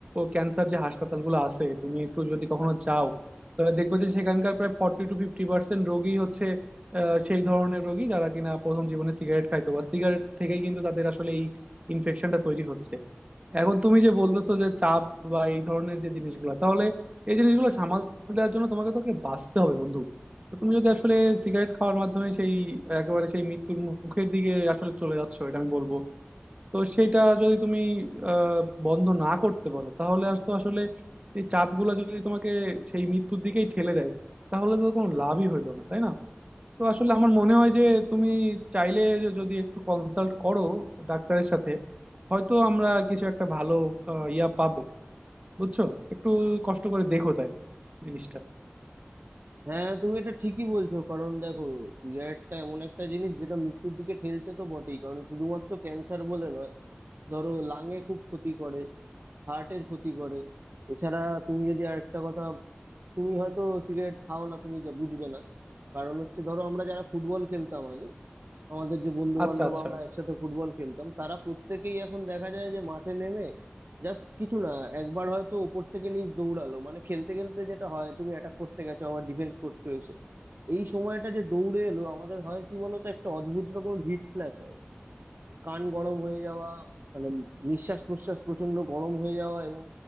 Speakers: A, on the right (about 35°); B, on the right (about 60°).
A: ক্যান্সার যে হাসপাতালগুলো আছে তুমি একটু যদি কখনো যাও তাহলে দেখবে যে সেখানকার প্রায় ফর্টি টু ফিফটি পার্সেন্ট রোগী হচ্ছে আহ, সেই ধরনের রোগী যারা কিনা প্রথম জীবনে সিগারেট খাইতো বা সিগারেট থেকেই কিন্তু তাদের আসলে এই ইনফেকশনটা তৈরি হচ্ছে এখন তুমি যে বলতেছো যে চাপ বা এই ধরনের যে জিনিসগুলো তাহলে এই জিনিসগুলো সামাল দেওয়ার জন্য তোমাকে তোকে বাঁচতে হবে বন্ধু তো তুমি যদি আসলে সিগারেট খাওয়ার মাধ্যমে সেই একেবারে সেই মৃত্যুর মুখের দিকে আসলে চলে যাচ্ছ এটা আমি বলবো তো সেটা যদি তুমি আহ বন্ধ না করতে পারো তাহলে আজ তো আসলে এই চাপগুলো যদি তোমাকে সেই মৃত্যুর দিকেই ঠেলে দেয় তাহলে তো কোনো লাভই হইলো না তাই না তো আসলে আমার মনে হয় যে তুমি চাইলে যদি একটু কনসাল্ট করো ডাক্তারের সাথে হয়তো আমরা কিছু একটা ভালো আহ, ইয়া পাবো বুঝছো একটু কষ্ট করে দেখো তাইলে জিনিসটা
B: হ্যাঁ তুমি এটা ঠিকই বলছো কারণ দেখো সিগারেটটা এমন একটা জিনিস যেটা মৃত্যুর দিকে ঠেলছে তো বটেই কারণ শুধুমাত্র ক্যান্সার বলে নয় ধরো লাঙে খুব ক্ষতি করে হার্টের ক্ষতি করে এছাড়া তুমি যদি আরেকটা কথা তুমি হয়তো সিগারেট খাও না তুমি যা বুঝবে না কারণ হচ্ছে ধরো আমরা যারা ফুটবল খেলতাম আগে আমাদের যে বন্ধু
A: আচ্ছা
B: বান্ধব
A: আচ্ছা
B: আমরা একসাথে ফুটবল খেলতাম তারা প্রত্যেকেই এখন দেখা যায় যে মাঠে নেমে জাস্ট কিছু না একবার হয়তো ওপর থেকে নিচ দৌড়ালো মানে খেলতে খেলতে যেটা হয় তুমি অ্যাটাক করতে গেছো আবার ডিফেন্স করছো এসে এই সময়টা যে দৌড়ে এলো আমাদের হয় কি বলতো একটা অদ্ভুত রকম হিট ফ্ল্যাশ হয় কান গরম হয়ে যাওয়া মানে নিঃশ্বাস প্রশ্বাস প্রচন্ড গরম হয়ে যাওয়া এবং